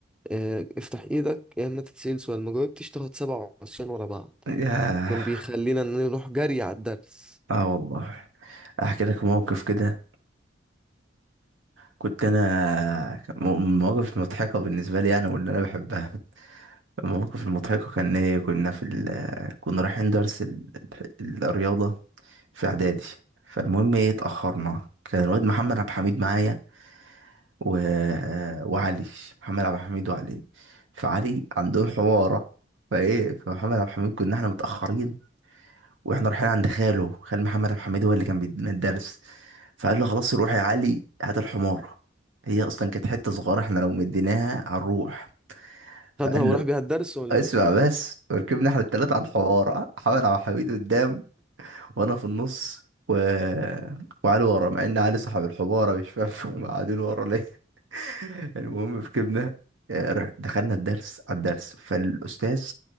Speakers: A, in the centre; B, on the right.
A: آه، افتح ايدك يا اما تتسال سؤال ما جاوبتش تاخد سبع عصيان ورا بعض
B: ياه
A: كان بيخلينا ان نروح جري على الدرس
B: اه والله احكي لك موقف كده كنت انا م- مواقف مضحكه بالنسبه لي انا واللي انا بحبها المواقف المضحكه كان ايه كنا في ال... كنا رايحين درس ال... ال- الرياضه في اعدادي فالمهم ايه اتاخرنا كان الواد محمد عبد الحميد معايا و... وعلي محمد عبد الحميد وعلي فعلي عندهم حواره فايه فمحمد عبد الحميد كنا احنا متاخرين واحنا رايحين عند خاله خال محمد عبد الحميد هو اللي كان بيدينا الدرس فقال له خلاص روح يا علي هات الحمار هي اصلا كانت حته صغيره احنا لو مديناها هنروح فقال
A: خدها وراح
B: له
A: بيها الدرس ولا
B: اسمع
A: ايه
B: بس وركبنا احنا التلاته على الحمار محمد عبد الحميد قدام وانا في النص و... وعلي ورا مع ان علي صاحب الحماره مش فاهم <laughs> هم قاعدين ورا ليه <laughs> المهم ركبنا آه، رح- دخلنا الدرس على الدرس فالاستاذ